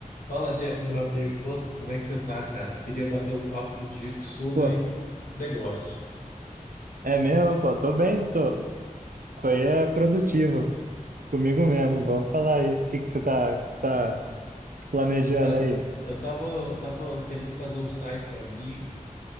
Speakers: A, on the left (about 75°); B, on the right (about 80°).
A: Fala, Jeff, meu amigo. Quando- como é que você tá, cara? Eu queria bater um papo contigo sobre
B: Pô,
A: negócio.
B: é mesmo, pô, tô bem, tô. Foi é produtivo, comigo mesmo. Vamos falar aí. O que que você tá, que você tá planejando
A: Cara,
B: aí?
A: eu tava, tava querendo fazer um site pra mim.